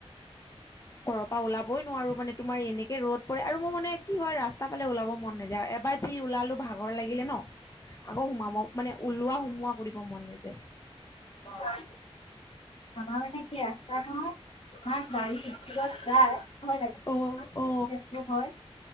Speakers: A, on the left; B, on the left.
A: ঘৰ পৰা ওলাবই নোৱাৰো মানে তোমাৰ এনেকে ৰদ পৰে আৰু মোৰ মানে কি হয় ৰাস্তা ফালে ওলাব মন নাযায়, এবাৰ যি ওলালো ভাগৰ লাগিলে ন আকৌ সোমাব মানে ওলোৱা সোমোৱা কৰিব মন নযায়।
B: উম আমাৰ মানে কি, ৰাস্তা নহয়, ইমান গাড়ী স্পীডত যায়। ভয় লাগে, ইমান
A: অ
B: এক্সিডেণ্টবোৰ
A: অ
B: হয়।